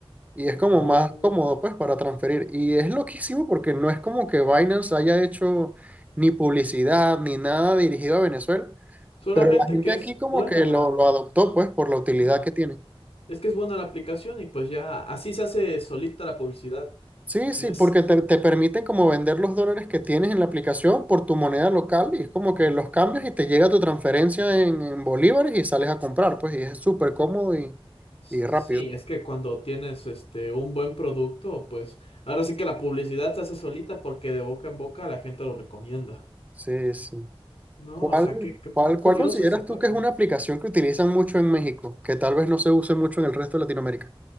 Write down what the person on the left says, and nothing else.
Oh.
Solamente
que
es
buena
la...
Ajá.
Es que es buena la aplicación y pues ya así se hace solita la publicidad.
Es
sí,
es que cuando tienes este un buen producto, pues ahora sí que la publicidad se hace solita porque de boca en boca la gente lo recomienda.
No,
o sea, qué, qué,
qué curioso
esa parte.